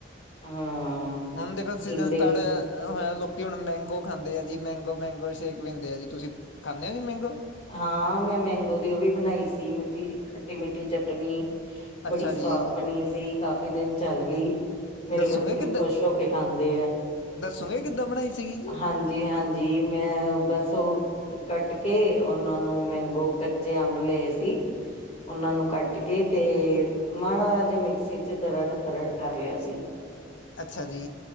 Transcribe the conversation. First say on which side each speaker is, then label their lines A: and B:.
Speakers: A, on the left (about 35°); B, on the left (about 75°).
A: ਹਾਂ
B: ਹੁਣ ਦੇਖੋ ਸੀਜਨ
A: ਟਿੰਡੇ
B: ਸਟਾਰਟ ਹੋਇਆ। ਹਾਂ ਲੋਕੀ ਹੁਣ ਮੈਂਗੋ ਖਾਂਦੇ ਆ ਜੀ, ਮੈਂਗੋ- ਮੈਂਗੋ ਸ਼ੇਕ ਪੀਂਦੇ ਆ ਜੀ ਤੁਸੀਂ ਖਾਂਦੇ ਹੋ ਜੀ ਮੈਂਗੋ।
A: ਹਾਂ ਮੈਂ ਮੈਂਗੋ ਦੀ ਉਹ ਵੀ ਬਣਾਈ ਸੀ ਮਿੱਟੀ ਖੱਟੀ ਮਿੱਠੀ ਚਟਣੀ।
B: ਅੱਛਾ
A: ਬੜੀ ਸਵਾਦ
B: ਜੀ
A: ਬਣੀ ਸੀ ਕਾਫ਼ੀ ਦਿਨ ਚੱਲ ਗਈ, ਮੇਰੇ
B: ਦੱਸੋਗੇ
A: ਬੱਚੇ
B: ਕਿੱਦਾਂ
A: ਵੀ ਖੁਸ਼ ਹੋ ਕੇ ਖਾਂਦੇ ਹੈ
B: ਦੱਸੋਗੇ ਕਿੱਦਾਂ ਬਣਾਈ ਸੀਗੀ ਜੀ
A: ਹਾਂਜੀ -ਹਾਂਜੀ ਮੈਂ ਬਸ ਉਹ ਕੱਟ ਕੇ ਉਹਨਾਂ ਨੂੰ ਮੈਂਗੋ ਕੱਚੇ ਅੰਬ ਲਏ ਸੀ, ਉਹਨਾਂ ਨੂੰ ਕੱਟ ਕੇ ਤੇ ਮਾੜਾ ਜੇ ਮਿਕਸੀ ਚ ਦਰੜ -ਫਰੜ ਕਰ ਲਿਆ ਸੀ।
B: ਅੱਛਾ ਜੀ